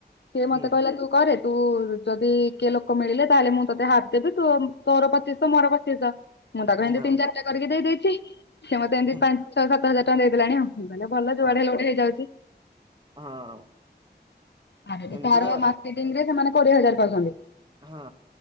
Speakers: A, on the left; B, on the right.
A: ସିଏ
B: ହୁଁ
A: ମତେ କହିଲା ତୁ କରେ ତୁ ଯଦି କିଏ ଲୋକ ମିଳିଲେ ତାହେଲେ ମୁଁ ତତେ ହାପ ଦେବି ତୁ ତୋର ପଚିଶ ମୋର ପଚିଶ ମୁଁ ତାକୁ ଏମିତି
B: ହଁ
A: ତିନି ଚାରଟା କରିକି ଦେଇଦେଇଛି ସିଏ ମତେ ଏମିତି
B: ହୁଁ।
A: ପାଞ୍ଚ ଛ ସାତ ହଜାର ଟଙ୍କା ଦେଇଦେଲାଣି ଆଉ ମାନେ ଭଲ
B: ହଁ
A: ଯୁଆଡେ ହେଲେ ଗୋଟେ ହେଇଯାଉଛି
B: ହଁ
A: ଆଗ
B: ଏମିତି
A: ତାର
B: ଘ
A: ମାର୍କେଟିଙ୍ଗ ରେ ସେମାନେ କୋଡ଼ିଏ ହଜାର ପାଉଛନ୍ତି
B: ହଁ